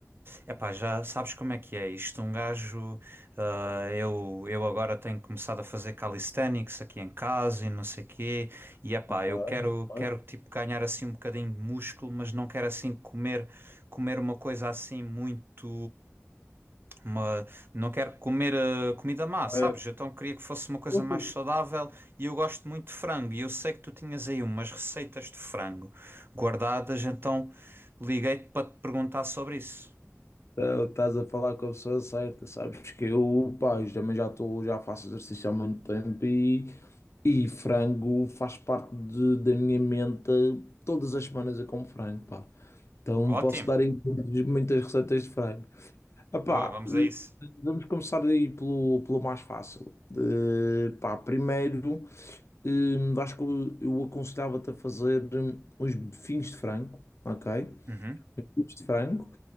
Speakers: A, on the right (about 45°); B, on the left (about 60°).
A: É epá, já sabes como é que é isto? Um gajo, ah, eu, eu agora tenho começado a fazer calisthenics aqui em casa e não sei quê. E epá,
B: Opa,
A: eu quero,
B: opa,
A: quero tipo ganhar assim um bocadinho de músculo, mas não quero assim comer, comer uma coisa assim muito. Mas não quero comer eh, comida má, sabes?
B: é,
A: Então queria que fosse uma coisa
B: opa.
A: mais saudável e eu gosto muito de frango. E eu sei que tu tinhas aí umas receitas de frango guardadas, então liguei-te para te perguntar sobre isso.
B: Então, Estás a falar com a pessoa certa, sabes que eu, pá, eu também já estou, já faço exercício há muito tempo e, e frango faz parte de- da minha mente. Todas as semanas eu como frango, pá. Então
A: Ótimo!
B: posso dar aí muitas muitas receitas de frango. Ah, pá,
A: Boa, vamos
B: eh,
A: a isso.
B: vamos começar aí pelo, pelo mais fácil. De, pá, primeiro. Hum, acho que eu, eu aconselhava-te a fazer hum, uns bifinhos de frango, ok?
A: Uhum.
B: Bifinhos de frango,